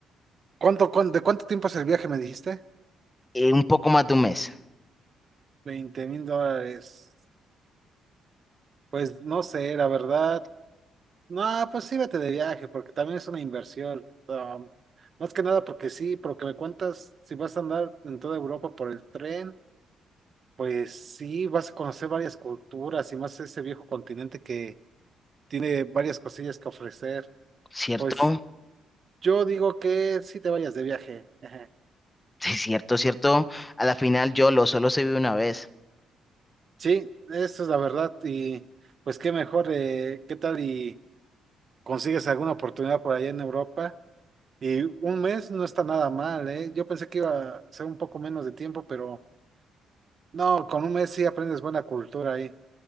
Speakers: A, on the right; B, on the left.
A: ¿cuánto, cuán- de cuánto tiempo es el viaje, me dijiste?
B: Eh, un poco más de un mes,
A: veinte mil dólares. Pues no sé, la verdad. No, pues sí vete de viaje, porque también es una inversión. um, más que nada porque sí, porque me cuentas si vas a andar en toda Europa por el tren. Pues sí, vas a conocer varias culturas y más ese viejo continente que tiene varias cosillas que ofrecer.
B: ¿cierto?
A: Pues
B: <laughs>
A: yo digo que sí te vayas de viaje. Ejé.
B: Sí, cierto, cierto. A la final yo lo solo se vive una vez.
A: Sí, eso es la verdad. Y pues qué mejor, eh, qué tal y consigues alguna oportunidad por allá en Europa. Y un mes no está nada mal, ¿eh? Yo pensé que iba a ser un poco menos de tiempo, pero no, con un mes sí aprendes buena cultura ahí.